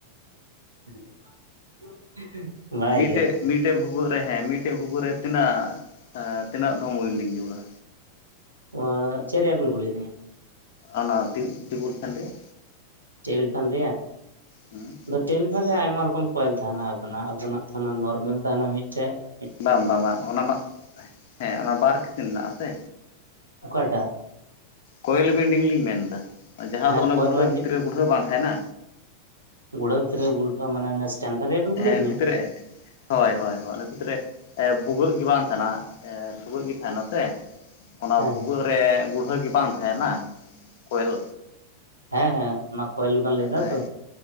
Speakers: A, on the right (about 85°); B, on the left (about 50°).
A: <unintelligible>
B: ᱢᱤᱫᱴᱮᱡ
A: ᱜᱮᱭᱟᱞᱤᱧ
B: ᱢᱤᱫᱴᱮᱡ ᱵᱷᱩᱜᱚᱜ ᱨᱮ ᱦᱮᱸ ᱢᱤᱫᱴᱮᱡ ᱵᱷᱩᱜᱚᱜ ᱨᱮ ᱛᱤᱱᱟᱹᱜ ᱛᱤᱱᱟᱜ ᱫᱷᱚᱢ ᱚᱭᱞᱤᱧ ᱡᱟᱲᱩᱲᱟ
A: <unintelligible> ᱪᱮᱫ ᱨᱮᱭᱟ ᱵᱤᱱ ᱠᱩᱞᱤ ᱠᱮᱫᱤᱧᱟ?
B: ᱚᱱᱟ ᱴᱮᱵᱤᱞ ᱯᱷᱮᱱ ᱨᱮᱭᱟ?
A: ᱴᱮᱵᱤᱞ ᱯᱷᱮᱱ ᱨᱮᱭᱟᱜ?
B: ᱦᱩᱸ
A: ᱟᱸ ᱴᱮᱵᱤᱞ ᱯᱷᱮᱱ ᱨᱮ ᱟᱭᱢᱟ ᱨᱚᱠᱚᱢ ᱠᱚᱭᱮᱞ ᱛᱟᱦᱮᱱᱟ ᱟᱵᱮᱱᱟᱜ ᱟᱵᱮᱱᱟᱜ ᱛᱟᱦᱮᱱᱟ ᱱᱚᱨᱢᱮᱞ ᱛᱟᱦᱮᱱᱟ ᱢᱤᱫᱴᱮᱡ ᱾
B: ᱵᱟᱝ ᱵᱟᱝ ᱵᱟᱝ ᱚᱱᱟ ᱢᱟ ᱦᱮᱸ ᱚᱱᱟ ᱵᱟᱨ ᱠᱤᱥᱢ <unintelligible> ᱢᱮᱱᱟᱜ-ᱟ ᱥᱮ?
A: ᱚᱠᱟᱴᱟᱜ
B: ᱠᱚᱭᱮᱞ ᱵᱤᱱᱰᱤᱝ ᱞᱤᱧ ᱢᱮᱱ ᱮᱫᱟ ᱡᱟᱦᱟᱸ
A: ᱦᱮᱸ
B: ᱫᱚ ᱚᱱᱟ
A: ᱠᱚᱭᱮᱞ
B: ᱜᱩᱲᱦᱟᱹ
A: ᱵᱟᱱᱰᱤ
B: ᱵᱷᱤᱛᱨᱤ ᱨᱮ ᱜᱩᱲᱦᱟᱹ ᱵᱟᱝ ᱛᱟᱦᱮᱸᱱᱟ᱾
A: ᱜᱩᱲᱦᱟᱹᱵᱷᱤᱛᱨ ᱨᱮ ᱜᱩᱲᱦᱟᱹ ᱢᱟᱱᱮ ᱥᱴᱮᱱ ᱯᱷᱮᱱ ᱨᱮᱭᱟᱜ ᱵᱮᱱ ᱠᱩᱞᱤᱭᱤᱫᱤᱧᱟ
B: ᱦᱮᱸ ᱵᱷᱤᱛᱚᱨ ᱨᱮ ᱦᱳᱭ ᱦᱳᱭ ᱦᱳᱭ ᱚᱱᱟ ᱵᱷᱤᱛᱤᱨ ᱨᱮ ᱵᱷᱩᱜᱟᱹᱜ ᱜᱮ ᱵᱟᱝ ᱛᱟᱦᱮᱱᱟ ᱵᱷᱩᱜᱟᱹᱜ ᱜᱮ ᱛᱟᱦᱮᱱᱟ ᱥᱮ? ᱚᱱᱟ
A: ᱦᱮᱸ
B: ᱵᱷᱩᱜᱟᱹᱜ ᱨᱮ ᱜᱩᱲᱦᱟᱹ ᱜᱮ ᱵᱟᱝ ᱛᱟᱦᱮᱱᱟ ᱠᱚᱭᱮᱞ
A: ᱦᱮᱸ ᱦᱮᱸ ᱚᱱᱟ ᱠᱚᱭᱮᱞ ᱜᱮ ᱵᱮᱱ ᱞᱟᱹᱭ ᱫᱟ
B: ᱦᱮᱸ
A: ᱛᱚ?